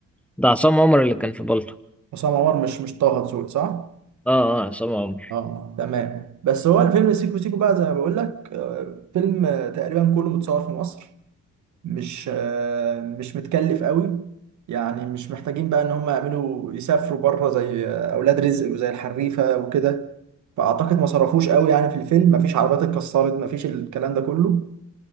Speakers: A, in the centre; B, on the right (about 70°).
A: ده عصام عمر اللي كان في بالطو
B: عصام عمر مش مش طه دسوقي صح
A: اه اه عصام عمر
B: اه تمام بس هو الفيلم سيكو سيكو بقى زي ما بقول لك آه، فيلم آه، تقريبا كله متصور في مصر مش آه، مش متكلف قوي يعني مش محتاجين بقى ان هم يعملوا يسافروا بره زي آه، اولاد رزق وزي الحريفه وكده فاعتقد ما صرفوش قوي يعني في الفيلم مفيش عربيات اتكسرت مفيش الكلام ده كله